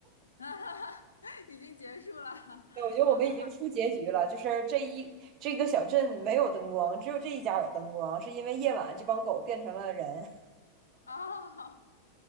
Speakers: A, on the left (about 75°); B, on the right (about 35°).
A: <laughs> 已经结束了。
B: 对我觉得我们已经出结局了，
A: 好的，
B: 就是这一这个小镇没有灯光，只有这一家有灯光，是因为夜晚这帮狗变成了人。
A: 哦，